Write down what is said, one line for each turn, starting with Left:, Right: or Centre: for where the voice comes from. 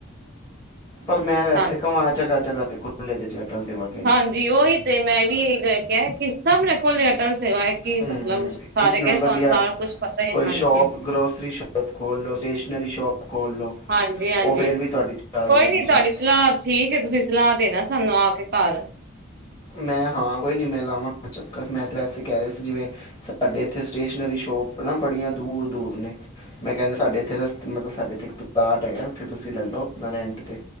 Left: ਪਰ ਮੈਂ ਵੈਸੇ
Right: ਸਾਨੂੰ।
Left: ਘਮਾਇਆ ਜਗ੍ਹਾ ਜਗ੍ਹਾ ਤੇ ਖੁੱਲ ਦੇ ਜ ਅਟਲ ਦੇ ਵ <unintelligible>
Right: ਹਾਂਜੀ ਉਹੀ ਤੇ ਮੈਂ ਵੀ ਕਿਹਾ ਕਿ ਸਭਣੇ ਖੋਲਿਆ ਟਲ ਸੇਵਾ <unintelligible> ਕੀ ਮਤਲਬ
Left: ਹਮ,
Right: ਸਾਰੇ
Left: ਇਸ ਨਾਲ
Right: ਕਹਿੰਦੇ
Left: ਵਧੀਆ
Right: ਤੁਹਾਨੂੰ ਸਾਰਾ ਕੁਛ ਪਤਾ ਹੀ
Left: ਕੋਈ
Right: ਹਾਂਜੀ
Left: ਸ਼ਾਪ ਗਰੋਸਰੀ ਸ਼ੋਪ ਖੋਲ ਲਓ, ਸਟੇਸ਼ਨਰੀ ਸ਼ੋਪ ਖੋਲ ਲਓ
Right: ਹਾਂਜੀ- ਹਾਂਜੀ,
Left: ਉਹ ਫੇਰ ਵੀ ਤੁਹਾਡੀ ਚੱਲ
Right: ਕੋਈ
Left: ਜੇਗੀ
Right: ਨੀ ਤੁਹਾਡੀ
Left: ਜੇ
Right: ਸਲਾਹ ਠੀਕ, ਤੁਸੀਂ ਸਲਾਹ ਦੇਣਾ ਸਾਨੂੰ ਆ ਕੇ ਘਰ
Left: ਮੈਂ ਹਾਂ ਕੋਈ ਨੀ ਮਿਲ ਆਵਾਂ ਚੱਕਰ, ਮੈਂ ਤਾਂ ਵੈਸੇ ਕਹਿ ਰਹੇ ਸੀ ਜਿਵੇਂ ਸਾਡੇ ਇੱਥੇ ਸਟੇਸ਼ਨਰੀ ਸ਼ੋਪ ਨਾ, ਬੜੀਆਂ ਦੂਰ- ਦੂਰ ਨੇ ਮੈਂ ਕਹਿੰਦਾ ਸਾਡੇ ਇੱਥੇ ਰ ਮਤਲਬ ਸਾਡੇ ਇਥੇ ਇੱਕ ਪਲਾਟ ਹੈਗਾ, ਉਥੇ ਤੁਸੀਂ ਲੈ ਲਓ ਰੈਂਟ ਤੇ